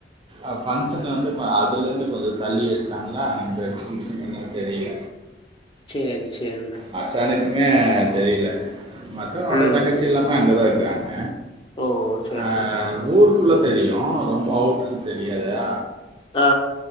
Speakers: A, on the right; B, on the left.
A: அ ஃபங்க்ஷன் வந்து கொ அதுலேருந்து கொஞ்சொ தள்ளி வச்சுட்டாங்களா அந்த ஃபங்க்ஷன்ன தெரியில
B: சேரி சேரிணே
A: மச்சானுக்குமே தெரியில மச்சானோட
B: ம்
A: தங்கச்சி எல்லாமே அங்கே தா இருக்கிறாங்க
B: ஓ சேர்ண்ண
A: அ ஊருக்குள்ள தெரியு ரொம்ப அவுட்ருன்னு தெரியாதா
B: ஆ